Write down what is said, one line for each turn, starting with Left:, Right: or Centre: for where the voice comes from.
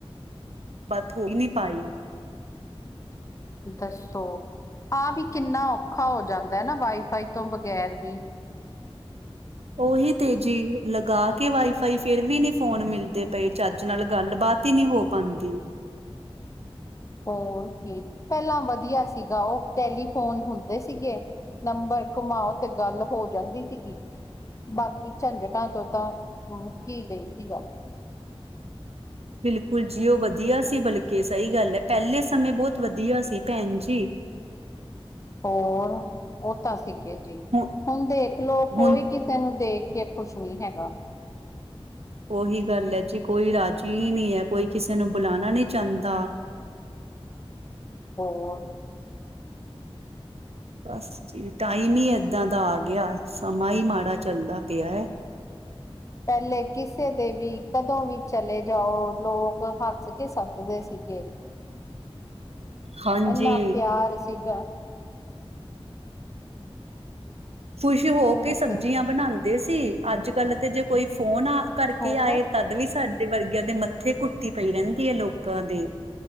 Right: ਬਾਥ ਹੋ ਈ ਨਹੀ ਪਾਈ।
Left: ਦੱਸੋ, ਆ ਵੀ ਕਿੰਨਾ ਔਖਾ ਹੋ ਜਾਂਦਾ ਨਾ, ਵਾਈਫਾਈ ਤੋਂ ਬਗੈਰ ਵੀ।
Right: ਉਹੀ ਤੇ ਜੀ, ਲਗਾ ਕੇ ਵਾਈਫਾਈ ਫਿਰ ਵੀ ਨੀ ਫੋਨ ਮਿਲਦੇ ਪਏ, ਚੱਜ ਨਾਲ ਗੱਲ ਬਾਤ ਹੀ ਨੀ ਹੋ ਪਾਂਦੀ।
Left: ਹੋਰ ਕੀ, ਪੈਲਾਂ ਵਧੀਆ ਸੀਗਾ ਓਫ ਟੈਲੀਫੋਨ ਹੁੰਦੇ ਸੀਗੇ। ਨੰਬਰ ਘੁਮਾਓ, ਤੇ ਗੱਲ ਹੋ ਜਾਂਦੀ ਸੀਗੀ। ਬਾਕੀ ਝੰਜਟਾਂ ਤੋਂ ਤਾਂ, ਮੁਕੀ ਗਈ ਸੀ ਗੱਲ।
Right: ਬਿਲਕੁਲ ਜੀ, ਉਹ ਵਧੀਆ ਸੀ ਬਲਕਿ, ਸਹੀ ਗੱਲ ਹੈ ਪਹਿਲੇ ਸਮੇਂ ਬਹੁਤ ਵਧੀਆ ਸੀ ਭੈਣ ਜੀ।
Left: ਹੋਰ ਉਹ ਤਾਂ ਸੀਗੇ ਜੀ,
Right: ਹੁ
Left: ਹੁਣ ਦੇਖਲਓ ਕੋਈ
Right: ਹੁਣ
Left: ਕਿ ਤੈਨੂੰ ਦੇਖ ਕੇ ਖੁਸ਼ ਨੀ ਹੈਗਾ।
Right: ਉਹੀ ਗੱਲ ਹੈ ਜੀ, ਕੋਈ ਰਾਜ਼ੀ ਨੀ ਹੈ, ਕੋਈ ਕਿਸੇ ਨੂੰ ਬੁਲਾਣਾ ਨੀ ਚਾਹੁੰਦਾ।
Left: ਹੋਰ।
Right: ਬਸ ਜੀ, ਟਾਈਮ ਹੀ ਐਦਾਂ ਦਾ ਆ ਗਿਆ, ਸਮਾਂ ਈ ਮਾੜਾ ਚੱਲਦਾ ਪਿਆ ਏ।
Left: ਪੈਲੇ ਕਿਸੇ ਦੇ ਵੀ, ਕਦੋਂ ਵੀ ਚਲੇ ਜਾਓ ਲੋਕ ਹੱਸ ਕੇ ਸੱਦਦੇ ਸੀਗੇ।
Right: ਹਾਂਜੀ
Left: ਐਨਾ ਪਿਆਰ ਸੀਗਾ।
Right: ਖੁਸ਼ ਹੋ
Left: ਹੁਣ
Right: ਕੇ ਸਬਜ਼ੀਆਂ
Left: ਤੇ
Right: ਬਣਾਉਂਦੇ ਸੀ, ਅੱਜ-ਕੱਲ ਜੇ ਕੋਈ ਫੋਨ ਆ ਕਰਕੇ
Left: ਹੋਰ
Right: ਆਏ ਤਦ ਵੀ ਸਾਡੇ ਵਰਗਿਆਂ ਦੇ ਮੱਥੇ ਕੁੱਟੀ ਪਈ ਰਹਿੰਦੀ ਐ, ਲੋਕਾਂ ਦੇ।